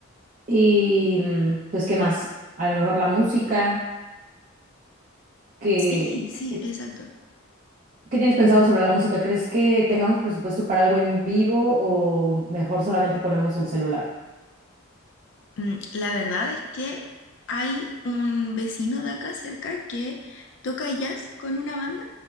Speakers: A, on the right (about 40°); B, on the left (about 60°).
A: Y mm, pues, ¿qué más? A lo mejor la música. ¿Qué,
B: Sí, sí,
A: qué,
B: exacto.
A: qué tienes pensado sobre la música? ¿Crees que tengamos presupuesto para algo en vivo o mejor solamente ponemos el celular?
B: Mm, La verdad es que hay un vecino de acá cerca que toca jazz con una banda